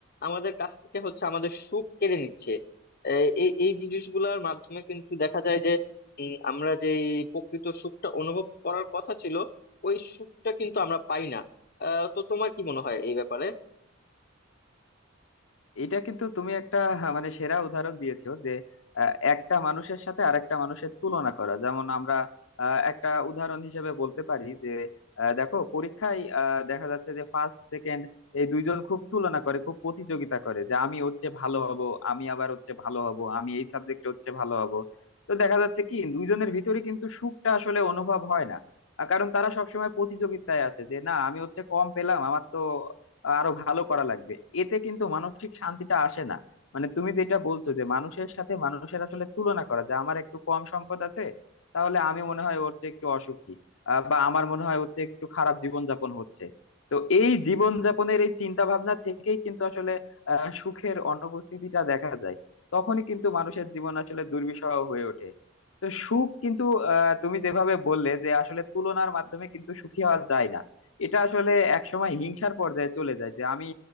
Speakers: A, on the left (about 50°); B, on the left (about 85°).
A: আমাদের কাছ থেকে হচ্ছে আমাদের সুখ কেড়ে নিচ্ছে এ- এই এই জিনিসগুলোর মাধ্যমে কিন্তু দেখা যায় যে উম, আমরা যে এই প্রকৃত সুখটা অনুভব করার কথা ছিল ওই সুখটা কিন্তু আমরা পাই না আহ, তো তোমার কি মনে হয় এই ব্যাপারে
B: এটা কিন্তু তুমি একটা হ্যাঁ, মানে সেরা উদাহরণ দিয়েছো যে আহ, একটা মানুষের সাথে আরেকটা মানুষের তুলনা করা যেমন আমরা আহ, একটা উদাহরণ হিসেবে বলতে পারি যে আহ, দেখো পরীক্ষায় আহ, দেখা যাচ্ছে যে ফার্স্ট সেকেন্ড এই দুইজন খুব তুলনা করে খুব প্রতিযোগিতা করে যে আমি হচ্ছে ভালো হব আমি আবার হচ্ছে ভালো হব আমি এই সাবজেক্টে হচ্ছে ভালো হব তো দেখা যাচ্ছে কি দুইজনের ভিতরে কিন্তু সুখটা আসলে অনুভব হয় না আহ, কারণ তারা সবসময় প্রতিযোগিতায় আছে যে না আমি হচ্ছে কম পেলাম আমার তো আরো ভালো করা লাগবে এতে কিন্তু মানসিক শান্তিটা আসে না মানে তুমি যেটা বলছো যে মানুষের সাথে মানুষের আসলে তুলনা করা যে আমার একটু কম সম্পদ আছে তাহলে আমি মনে হয় ওর চেয়ে একটু অসুখী আহ, বা আমার মনে হয় ওর চেয়ে একটু খারাপ জীবনযাপন হচ্ছে তো এই জীবনযাপনের এই চিন্তা ভাবনা থেকেই কিন্তু আসলে আহ সুখের অনুপস্থিতিটা দেখা যায় তখনই কিন্তু মানুষের জীবন আসলে দুর্বিষহ হয়ে ওঠে তো সুখ কিন্তু আহ তুমি যেভাবে বললে যে আসলে তুলনার মাধ্যমে কিন্তু সুখী হওয়া যায় না এটা আসলে একসময় হিংসার পর্যায়ে চলে যায় যে আমি